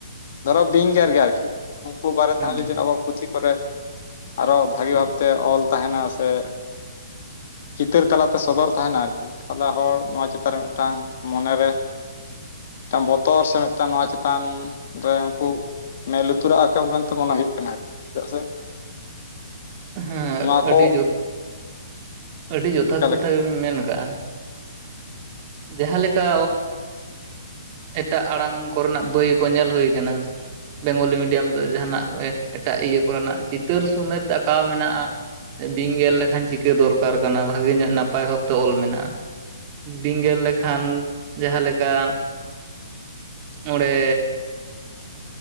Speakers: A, on the left (about 50°); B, on the right (about 35°).
A: ᱫᱷᱚᱨᱚ ᱵᱤᱝᱜᱮᱨ ᱜᱮᱭᱟ ᱟᱨᱠᱤ ᱩᱱᱠᱩ ᱵᱟᱨᱮᱛᱮᱦᱚᱸ
B: ᱦᱮᱸ
A: ᱡᱩᱫᱤ ᱟᱵᱚ ᱯᱩᱛᱷᱤ ᱠᱚᱨᱮ ᱟᱨᱚ ᱵᱷᱟᱜᱮ ᱵᱷᱟᱵᱛᱮ ᱚᱞ ᱛᱟᱦᱮᱱᱟ ᱥᱮ ᱪᱤᱛᱟᱹᱨ ᱛᱟᱞᱟᱛᱮ ᱥᱚᱫᱚᱨ ᱛᱟᱦᱮᱱᱟ ᱟᱨᱠᱤ, ᱛᱟᱦᱚᱞᱮ ᱦᱚᱲ ᱱᱚᱣᱟ ᱪᱮᱛᱟᱱ ᱨᱮ ᱢᱮᱜᱴᱟᱝ ᱢᱚᱱᱮ ᱨᱮ ᱢᱮᱜᱴᱟᱱ ᱵᱚᱛᱚᱨ ᱥᱮ ᱢᱮᱜᱴᱟᱱ ᱱᱚᱣᱟ ᱪᱮᱛᱟᱱ ᱨᱮ ᱩᱝᱠᱩ ᱢᱮᱫ ᱞᱩᱛᱩᱨᱟᱜ ᱟᱠᱟ ᱢᱮᱱᱛᱮ ᱢᱚᱱᱮ ᱦᱩᱭᱩᱜ ᱠᱟᱱᱟ ᱟᱨᱠᱤ ᱪᱤᱫᱟᱜ ᱥᱮ
B: ᱦᱮᱸ
A: ᱱᱚᱣᱟ
B: ᱟᱹᱰᱤ
A: ᱠᱚ
B: ᱡᱚᱛ ᱟᱹᱰᱤ ᱡᱚᱛᱷᱟᱛ
A: ᱚᱠᱟ ᱞᱮᱠᱟ
B: ᱠᱟᱛᱷᱟ ᱜᱮᱵᱤᱱ ᱢᱮᱱ ᱠᱟᱜᱼᱟ᱾ ᱡᱟᱦᱟᱸ ᱞᱮᱠᱟ ᱮᱴᱟᱜ ᱟᱲᱟᱝ ᱠᱚᱨᱮᱱᱟᱜ ᱵᱟᱹᱭ ᱠᱚ ᱧᱮᱞ ᱦᱳᱭ ᱠᱟᱱᱟ᱾ ᱵᱮᱝᱜᱚᱞᱤ ᱢᱤᱰᱤᱭᱟᱢ ᱨᱮ ᱡᱟᱦᱟᱱᱟᱜ ᱮᱴᱟᱜ ᱤᱭᱟᱹ ᱠᱚᱨᱮᱱᱟᱜ ᱪᱤᱛᱟᱹᱨ ᱥᱚᱢᱮᱛ ᱟᱠᱟᱣ ᱢᱮᱱᱟᱜᱼᱟ ᱵᱤᱧ ᱜᱮᱨ ᱞᱮᱠᱷᱟᱱ ᱪᱤᱠᱟᱹ ᱫᱚᱨᱠᱟᱨ ᱠᱟᱱᱟ ᱵᱷᱟᱹᱜᱮ ᱧᱚᱜ ᱱᱟᱯᱟᱭ ᱵᱷᱟᱵᱛᱮ ᱚᱞ ᱢᱮᱱᱟᱜᱼᱟ᱾ ᱵᱤᱧ ᱜᱮᱨ ᱞᱮᱠᱷᱟᱱ ᱡᱟᱦᱟᱸ ᱞᱮᱠᱟ ᱚᱰᱮ